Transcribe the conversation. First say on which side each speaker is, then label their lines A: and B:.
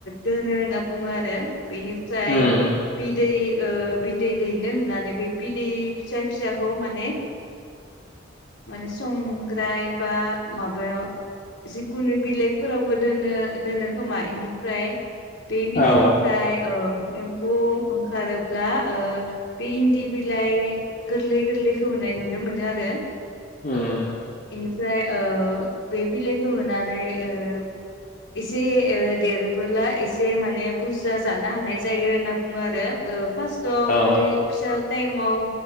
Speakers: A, on the left; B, on the left.
A: दोनो होना बुङो आरो बिनिफ्राय
B: उम
A: बिदै ओ बिदै दैनो होननानै बे बिदै फिसा फिसाखौ माने माने संग्राय बा माबायाव जिखुनु बिलाइफोरावबो दोनो दोनो खोमा बेनिफ्राय बे बिदैनिफ्राय
B: औ
A: ओ एम्फौ ओंखारोब्ला ओ बे इन्दि बिलाइ गोरलै गोरलैखौ होनाय नुनो मोनो आरो
B: उम
A: बेनिफ्राय ओ बे बिलाइखौ होनानै ओ एसे ओ देरोबोला एसे माने बुरजा जानो हानाय जायो होनना बुङो आरो ओ फास्टआव
B: औ
A: उन्दै फिसा टाइमआव